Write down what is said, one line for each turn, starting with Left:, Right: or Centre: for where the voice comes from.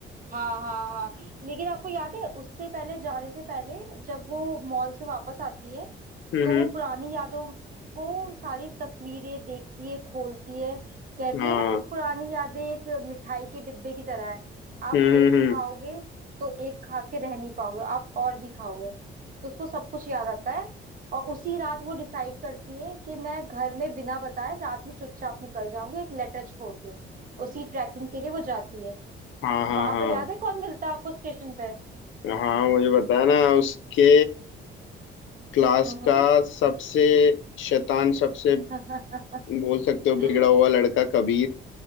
Right: हाँ हाँ हाँ लेकिन आपको याद है उससे पहले जाने से पहले जब वो मॉल से वापस आती है
Left: हम्म
Right: तो
Left: हम्म
Right: वो पुरानी यादों को सारी तस्वीरें देखती है खोलती है कहती
Left: हाँ
Right: है ना कि पुरानी यादें एक मिठाई के डिब्बे की तरह है आप
Left: हम्म
Right: एक
Left: हम्म हम्म
Right: खाओगे तो एक खा के रह नहीं पाओगे आप और भी खाओगे तो उसको सब कुछ याद आता है और उसी रात वो डिसाइड करती है कि मैं घर में बिना बताए रात में चुपचाप निकल जाऊंगी एक लेटर छोड़ के उसी ट्रैकिंग के लिए वो जाती है
Left: हाँ हाँ
Right: वहां
Left: हाँ
Right: पर याद है कौन मिलता है आपको स्टेशन पे
Left: हाँ मुझे बताया ना उसके क्लास
Right: हम्म
Left: का सबसे शैतान सबसे
Right: हम्म
Left: बोल सकते हो बिगड़ा
Right: <laughs>
Left: हुआ लड़का कबीर